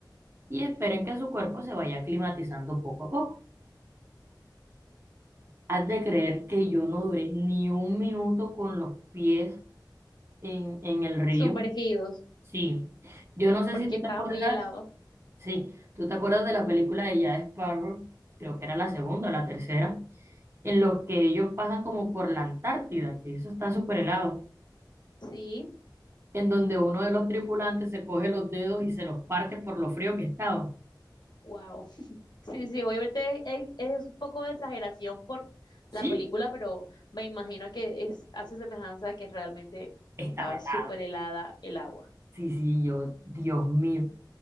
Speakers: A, on the right; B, on the left.
A: y esperen que su cuerpo se vaya climatizando poco a poco. Has de creer que yo no duré ni un minuto con los pies En, en el río,
B: Sumergidos,
A: sí. Yo no sé
B: porque
A: si tú
B: estaba
A: te acuerdas,
B: muy helado.
A: sí, tú te acuerdas de la película de Jack Sparrow, creo que era la segunda o la tercera, en los que ellos pasan como por la Antártida, que eso está súper helado,
B: Sí,
A: en donde uno de los tripulantes se coge los dedos y se los parte por lo frío que estaba.
B: wow. <laughs> Sí, sí, obviamente es, es un poco de exageración por la
A: Sí,
B: película, pero me imagino que es, hace semejanza a que realmente
A: estaba
B: estaba
A: helado.
B: súper helada el agua.
A: Sí, sí, yo, Dios mío.